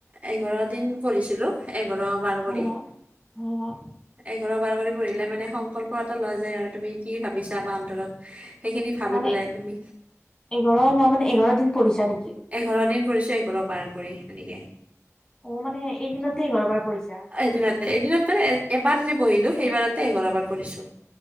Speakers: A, on the right; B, on the left.
A: এঘাৰ দিন পঢ়িছিলো এঘাৰ বাৰ কৰি
B: হয় হয় হয় হয়
A: এঘাৰ বাৰ কৰি পঢ়িলে মানে সংকল্প এটা লোৱা যায় আৰু তুমি কি ভাবিছা বা অন্তৰত। সেইখিনি ভাবি
B: মানে
A: পেলাই তুমি
B: এঘাৰ মই মানে এঘাৰ দিন পঢ়িছা নেকি।
A: এঘাৰ দিন পঢ়িছো এঘাৰ বাৰ কৰি সেনেকে।
B: অ মানে এইদিনতে এঘাৰ বাৰ পঢ়িছা
A: এদিনতে এদিনত মানে এবাৰ যে বহিলো সেইবাৰতে এঘাৰ বাৰ পঢিছো